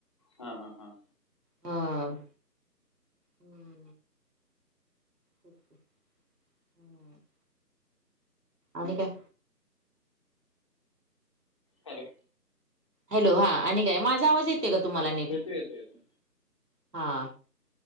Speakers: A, on the left (about 15°); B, on the right (about 70°).
A: हा... हा... हा
B: हा.... हम् हम्म..... <unintelligible> आणि काय....
A: हॅलो....
B: हॅलो... हा.. आणि काय? माझा आवाज येतोय का? तुम्हाला नीट
A: येतोय, येतोय, येतोय.
B: हा....